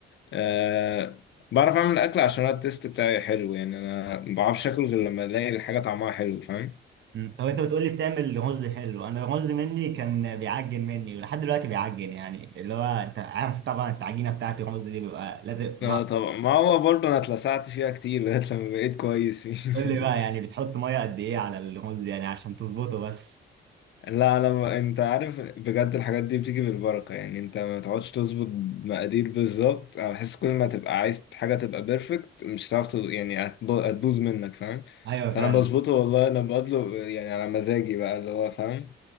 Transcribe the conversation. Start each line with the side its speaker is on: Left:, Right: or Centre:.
Left: أه... بعرف اعمل اكل عشان أنا التيست بتاعي حلو يعني انا ما بعرفش اكل غير لما الاقي الحاجه طعمها حلو فاهم
Right: مم. طب انت بتقولي بتعمل رز حلو انا الرز مني كان بيعجن مني ولحد دلوقتي بيعجن يعني اللي هو انت عارف طبعا التعجينه بتاعت الرز دي بيبقى لازق في
Left: اه
Right: بعض
Left: طبعا ما هو برضه انا اتلسعت فيها كتير <laughs> لغايه لما بقيت كويس فيه
Right: قول لي بقى
Left: <laughs>
Right: يعني بتحط ميه قد ايه على الرز يعني عشان تظبطه بس
Left: لا لما انت عارف بجد الحاجات دي بتيجي بالبركة يعني انت ما تقعدش تظبط مقادير بالظبط انا بحس كل ما تبقى عايز حاجة تبقى بيرفكت مش هتعرف تظ- يعني هتب- هتبوظ منك فاهم
Right: ايوه
Left: فانا
Right: فعلا
Left: بظبطه والله انا بقدله يعني على مزاجي بقى اللي هو فاهم